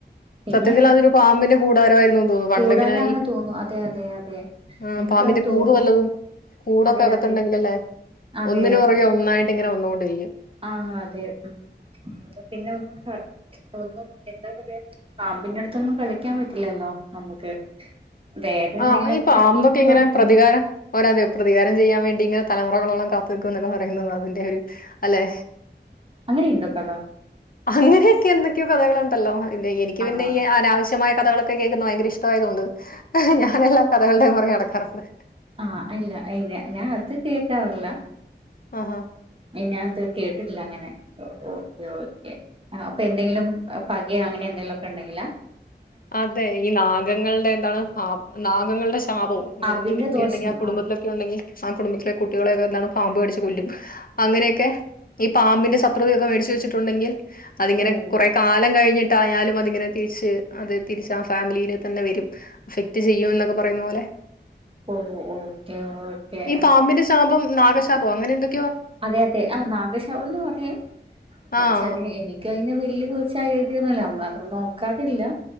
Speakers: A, on the right; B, on the left.
A: പിന്നെ
B: സത്യത്തില് അതൊരു പാമ്പിന്റെ കൂടാരം ആയിരുന്നു എന്ന് തോന്നുന്നു പണ്ടെങ്ങനെ
A: കൂടാരാണ്
B: ഈ
A: തോന്നുന്നു അതെ അതെ അതെ
B: ആഹ്
A: എനിക്കത്
B: പാമ്പിന്റെ
A: തോന്നുന്നു
B: കൂട് വല്ലതും കൂടൊക്ക
A: അതെ
B: അകത്ത്ണ്ടെങ്കിലല്ലെ
A: അതെ അതെ
B: ഒന്നിന്
A: അതെ
B: പൊറകെ ഒന്നായിട്ട് ഇങ്ങനെ വന്നോണ്ടിരിക്കും
A: ആഹ് അതെ ഉം അപ പിന്നെ ഒന്നും ഒന്നും എന്താ പറയാ പാമ്പിന്റെ അട്ത്തൊന്നും കളിക്കാൻ പറ്റില്ലല്ലോ നമുക്ക് വേറെ എന്തെങ്കിലുമൊക്കെ
B: ആഹ് ഈ പാമ്പൊക്കെ
A: പിന്നെ
B: എങ്ങന
A: കുഴപ്പമില്ല
B: പ്രതികാരം ഓരാ പ്രതികാരം ചെയ്യാൻ വേണ്ടി ഇങ്ങനെ തലമുറകളോളം കാത്ത്നിക്കും എന്നൊക്ക പറയുന്ന അതിന്റെ ഒരു അല്ലെ
A: അങ്ങനി ഇണ്ടൊ കഥ
B: അങ്ങനെയൊക്കെ എന്തൊക്കെയോ കഥകളുണ്ടല്ലോ എനിക്ക്
A: ആണോ
B: പിന്നെ ഈ അനാവശ്യമായ കഥകളൊ ക്കെ കേക്ക്ന്നത് ഭയങ്കര ഇഷ്ടമായതോണ്ട് ഞാനെല്ലാ കഥകൾടെം പൊറകെ നടക്കാറുണ്ട്.
A: ആഹ് ഇല്ല ഇല്ല ഞാൻ അത് കേക്കാറില്ല.
B: ആഹാ
A: ഞാൻ ഇത് കേട്ടിട്ടില്ല അങ്ങനെ ഓക്കെ ഓക്കെ ആഹ് അപ്പൊ എന്തെങ്കിലും പക അങ്ങനെ എന്തെങ്കിലും ഒക്കെ ഇണ്ടെങ്കിലാ
B: അതെ ഈ നാഗങ്ങൾടെ എന്താണ് പാ നാഗങ്ങൾടെ ശാപവും അങ്ങനെന്തെങ്കിലൊക്ക
A: പാമ്പിന്റെ ദോഷം
B: ഇണ്ടെങ്കി ആഹ് കുടുംബത്തിലെ ഒക്കെ ഉണ്ടെങ്കി ആഹ് കുടുംബത്തിലെ കുട്ടികളെയൊക്കെ എന്താണ് പാമ്പ് കടിച്ച് കൊല്ലും അങ്ങനെയൊക്കെ ഈ പാമ്പിന്റെ ശത്രുതയൊക്കെ വേടിച്ച് വെച്ചിട്ടുണ്ടെങ്കിൽ അതിങ്ങനെ
A: ഓ
B: കുറെ കാലം കഴിഞ്ഞിട്ടായാലും അതിങ്ങനെ തിരിച്ച് അത് തിരിച്ച ആഹ് ഫാമിലീനെ തന്നെ വരും അഫക്ട് ചെയ്യും എന്നൊക്ക പറയുന്ന പോലെ
A: ഓ ഓ ഓക്കെ ഓക്കെ
B: ഈ പാമ്പിന്റെ ശാപം നാഗശാപം അങ്ങനെ എന്തൊ
A: അതെ അതെ ആഹ് നാഗശാപന്ന് പറയും പക്ഷെ
B: ആഹ്
A: അത് എനി ക്കയിന് വല്യ കുറിച്ചഴ് ഐഡിയൊന്നുല്ല നമ്മള് അത് നോക്കാറില്ല